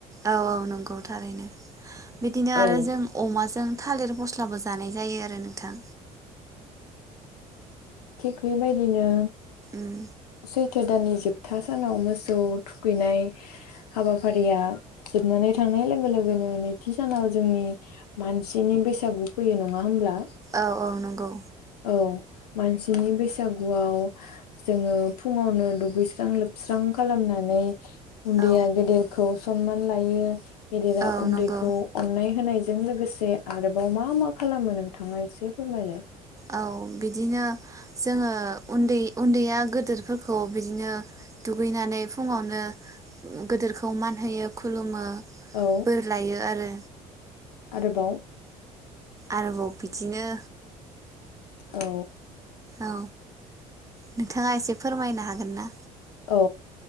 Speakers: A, on the right (about 15°); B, on the left (about 85°).
A: औ औ नंगौ थारैनो बिदिनो आरो
B: औ
A: जों अमाजों थालिर मस्लाबो जानाय जायो आरो नोंथां
B: थिग बेबायदिनो
A: ओम
B: सैथो दाननि जोबथा सानाव मोसौ थुखैनाय हाबाफारिया जोबनानै थांनाय लोगो लोगोनो नैथि सानाव जोंनि मानसिनि बैसागु फैयो नङा होमब्ला
A: औ औ नंगौ
B: औ मानसिनि बैसागुआव जोङो फुङावनो दुगैस्रां लोबस्रां खालामनानै उन्दैया
A: औ
B: गेदेरखौ सनमान लायो गेदेरा
A: औ
B: उन्दैखौ
A: नंगौ
B: अननाय होनाय बेजों लोगोसे आरोबाव मा मा खालामो नोंथाङा एसे फोरमायलाय
A: औ बिदिनो जोङो उन्दै उन्दैया गोदोरफोरखौ बिदिनो दुगैनानै फुङावनो गोदोरखौ मानहोयो खुलुमो
B: औ
A: बोर लायो आरो
B: आरोबाव
A: आरोबाव बिदिनो
B: औ
A: औ नोंथाङा एसे फोरमायनो हागोन ना?
B: औ